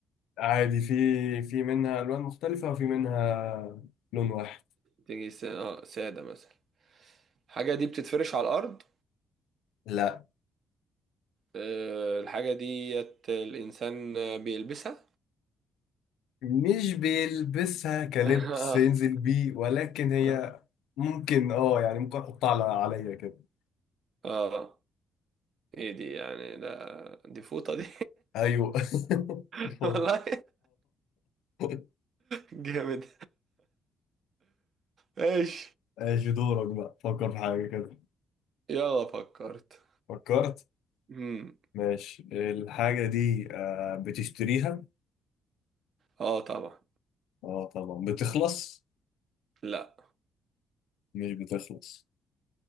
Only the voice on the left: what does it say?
عادي في في منها ألوان مختلفة وفي منها لون واحد
لا
مش بيلبسها كلبس
ينزل بيه ولكن هي
ممكن اه يعني ممكن أحطها على عليا كده
أيوه <laughs>
الفوط.
آه.
ماشي دورك بقى فكر في حاجة كده
فكرت
ماشي الحاجة دي آه بتشتريها
اه طبعا بتخلص
مش بتخلص